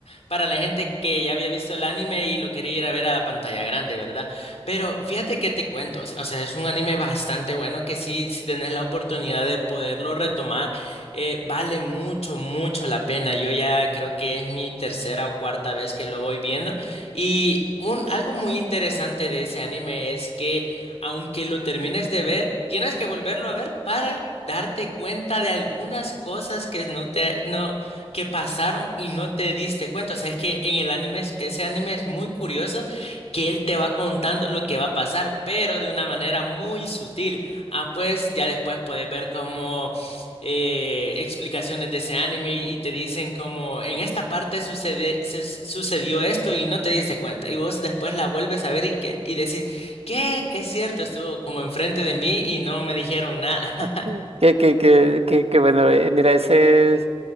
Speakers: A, on the left (about 85°); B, on the right (about 75°).
A: para la gente que ya había visto el anime y lo quería ir a ver a la pantalla grande, ¿verdad? Pero fíjate que te cuento, o se- o sea, es un anime bastante bueno que sí, si tenés la oportunidad de poderlo retomar, eh, vale mucho, mucho la pena. Yo ya creo que es mi tercera o cuarta vez que lo voy viendo. Y un, algo muy interesante de ese anime es que aunque lo termines de ver, tienes que volverlo a ver para darte cuenta de algunas cosas que no te, no, que pasaron y no te diste cuenta. O sea, es que en el anime, es- ese anime es muy curioso que él te va contando lo que va a pasar, pero de una manera muy sutil. Ah, pues ya después puedes ver como eh, explicaciones de ese anime y te dicen como en esta parte sucede, se- sucedió esto y no te diste cuenta. Y vos después la vuelves a ver y, que, y decís, ¿qué? Es cierto, estuvo como enfrente de mí y no me dijeron nada. <laughs>
B: Mm. Que, que, que, que, que bueno, eh, mira, ese...